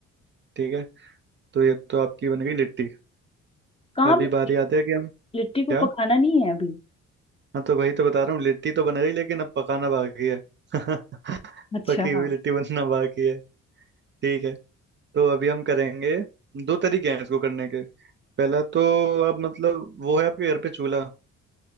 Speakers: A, on the right (about 40°); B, on the left (about 20°).
A: ठीक है तो ये तो आपकी बन गई लिट्टी
B: कहाँ
A: अभी
B: पे-
A: बारी आती है कि हम
B: लिट्टी को
A: क्या
B: पकाना नहीं है अभी
A: हाँ तो भाई तो बता रहा हूँ लिट्टी तो बन गई लेकिन अब पकाना बाकी है <laughs>
B: अच्छा
A: पकी हुई
B: हाँ
A: लिट्टी बनना बाकी है ठीक है तो अभी हम करेंगे दो तरीके हैं इसको करने के पहला तो आप मतलब वो है आपके घर पे चूल्हा